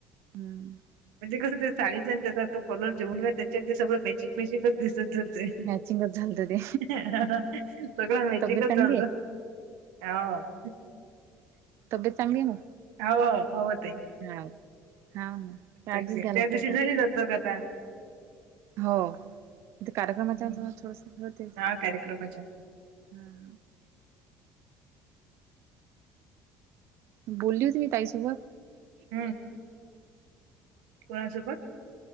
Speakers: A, on the right; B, on the right.
A: हम्म.
B: म्हणजे कसं ते साडी जे <unintelligible> तो कलर जेवूनला त्याच्या ते सगळं मॅचिंग मॅचिंग दिसतं
A: मॅचिंगच झालत ते
B: <unintelligible> सगळं मॅचिंगच
A: तब्येत चांगली
B: चालतं.
A: आहे
B: हो.
A: तब्येत चांगली आहे मग
B: हाव हवं ते.
A: हा हा ना काळजीच
B: त्या
A: घ्याय लागते
B: दिवशी
A: आता
B: झाली दगदग आता
A: हो. इथे कार्यक्रमाच्या
B: हम्म.
A: वेळे <unintelligible> थोडस होतेच.
B: हा कार्यक्रमच्या
A: हा हा बोलली होती मी ताई सोबत.
B: हम्म. कोणासोबत?